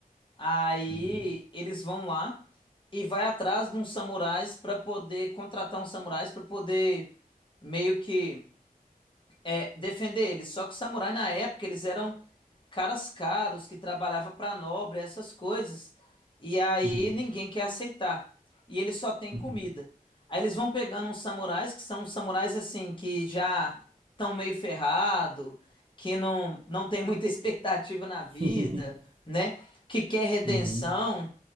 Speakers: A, on the left; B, on the right.
A: Aí
B: Uhum,
A: eles vão lá e vai atrás de uns samurais para poder contratar uns samurais para poder meio que é, defender eles. Só que os samurais na época eles eram caras caros que trabalhavam para nobre, essas coisas. E aí
B: uhum,
A: ninguém quer aceitar. E eles só têm
B: uhum.
A: comida. Aí eles vão pegando uns samurais que são uns samurais assim que já estão meio ferrado, que não não tem muita <laughs> expectativa na vida,
B: <laughs>
A: né? Que quer redenção.
B: Uhum.